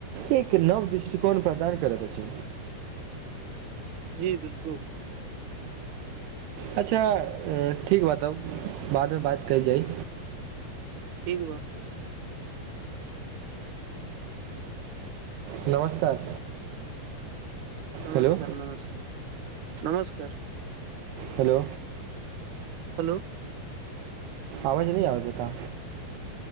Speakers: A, on the right (about 75°); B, on the right (about 55°).
A: एक नव दृष्टिकोण प्रदान करत अछि।
B: जी बिलकुल।
A: अच्छा ठीक बा तब बादमे बात कएल जाइ।
B: ठीक बा।
A: नमस्कार।
B: नमस्कार-नमस्कार।
A: हेलो
B: नमस्कार।
A: हेलो।
B: हेलो।
A: अवाज नै आबै छै का